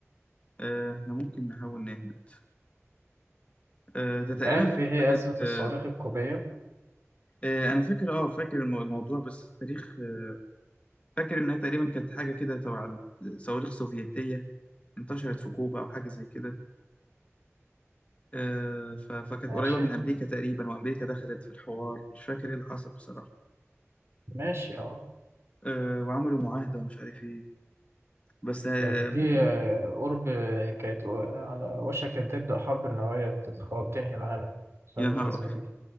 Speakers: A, on the left (about 25°); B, on the right (about 60°).
A: أه احنا ممكن نحاول نهبط أه ده
B: أنت
A: تقريبا
B: عارف
A: الحوار
B: إيه هي
A: ده كان
B: أزمة
A: في
B: الصواريخ الكوبية
A: آه، انا فاكر اه فاكر المو- الموضوع بس التاريخ آه، فاكر انها تقريبا كانت حاجه كده تبع الصواريخ السوفيتيه انتشرت في كوبا او حاجه زي كده آه، ف- فكانت
B: ماشي
A: قريبه من امريكا تقريبا وامريكا دخلت في الحوار مش فاكر ايه اللي حصل بصراحه
B: ماشي اه
A: آه، وعملوا معاهده ومش عارف ايه بس آه،
B: كانت دي
A: ممكن
B: آه، قرب كانت على وشك أن تبدأ حرب نووية تتخ- تنهي العالم بسبب
A: يا نهار
B: الأزمة دي